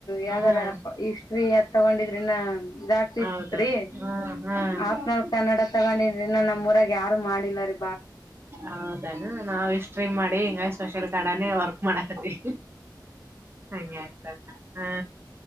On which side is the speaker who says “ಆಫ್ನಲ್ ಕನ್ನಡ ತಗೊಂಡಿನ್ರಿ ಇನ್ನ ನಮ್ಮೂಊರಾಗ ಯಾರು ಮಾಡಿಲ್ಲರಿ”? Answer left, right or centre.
Left